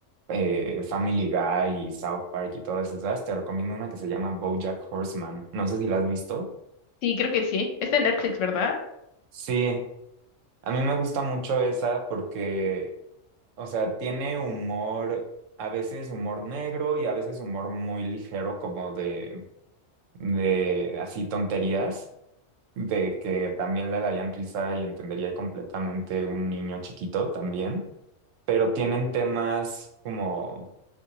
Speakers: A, on the right; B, on the left.
A: eh, Family Guy y South Park y todas esas, te recomiendo una que se llama BoJack Horseman. No sé si la has visto.
B: sí, creo que sí. Es de Netflix, ¿verdad?
A: Sí, a mí me gusta mucho esa porque, o sea, tiene humor, a veces humor negro y a veces humor muy ligero como de, de así tonterías. de que también le darían risa y entendería completamente un niño chiquito también, pero tienen temas como